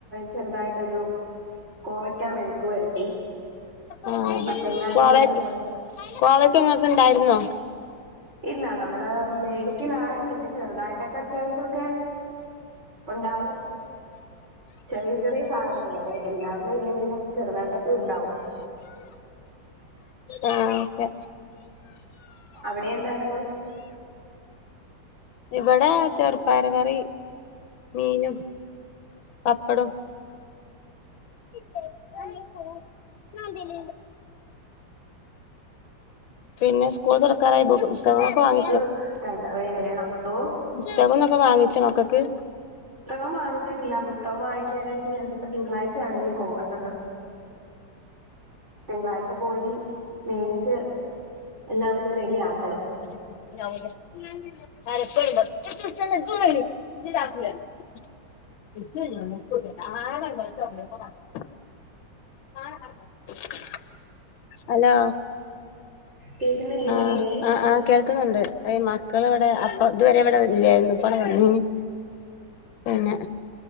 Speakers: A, on the right; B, on the left.
A: ചെറുതായിട്ടൊരു കോവയ്ക്കാ മെഴുക്ക് വരട്ടി
B: ആഹ്
A: മത്തങ്ങായും
B: കോലാരിക്ക്
A: പയറും കൂടെ
B: കോവക്ക ഇങ്ങക്ക് ഇണ്ടാരുന്നോ
A: ഇല്ല നമ്മള് മേടിക്കലാണ് പിന്നെ ചെറുതായിട്ടൊക്കെ അത്യാവശ്യം ക്കെ ഒണ്ടാവും ചെറിയ ചെറിയ സാധനങ്ങളൊക്കെ എല്ലാന്നും ഇല്ലെങ്കിലും ചെറുതായിട്ടൊക്കെ ഉണ്ടാവും
B: ആഹ് ഓക്കെ
A: അവിടെ എന്താരുന്നു
B: ഇവിടെ ചെറുപ്പയറ് കറി മീനും പപ്പടോം <unintelligible> പിന്നെ സ്കൂൾ തുറക്കാറായി ബുക്കു പുസ് തെങ്ങൊക്കെ വാങ്ങി
A: ത് കണ്ട അവിടെ വേണം ഓഹ്
B: പുസ്തകന്നൊക്കെ വാങ്ങിച്ചൊ മക്കക്ക്
A: സ്തകം വാങ്ങിച്ചിട്ടില്ല പുസ്തകം വാങ്ങിക്കാനായിട്ട് ഞങ്ങക്ക് അപ്പൊ തിങ്കളാഴ്ചയാണ് ഇനി പോകണ്ടത് തിങ്കളാഴ്ച പോയി മേടിച്ച് എല്ലാം ഒന്ന് റെഡി ആക്കണം
B: <unintelligible> <inaudible> <unintelligible> ആഹ് അടുത്തോ ഹലോ
A: കേൾക്കുന്നില്ലേ
B: ആഹ്
A: പറയുന്നേ
B: ആഹ് ആഹ് കേൾക്കുന്നുണ്ട് അയ് മക്കളിവിടെ അപ്പൊ ഇതുവരെ ഇവിടെ ഇല്ലായിരുന്നു ഇപ്പ ണ്ട് വന്നിനി പിന്നെ